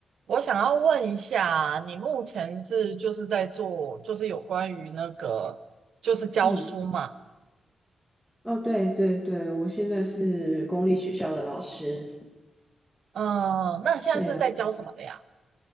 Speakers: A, on the right; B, in the centre.
A: 我想要问一下，你目前是就是在做，就是有关于那个就是教书嘛？
B: 嗯，哦，对对对，我现在是公立学校的老师。
A: 嗯、那你现在是在教什么的呀？
B: 对啊，